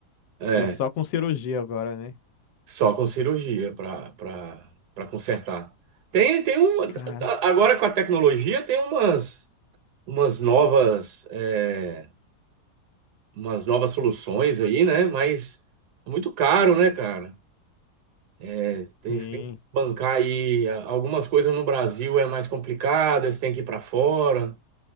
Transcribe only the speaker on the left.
E só com cirurgia agora, né?
Cara,
sim,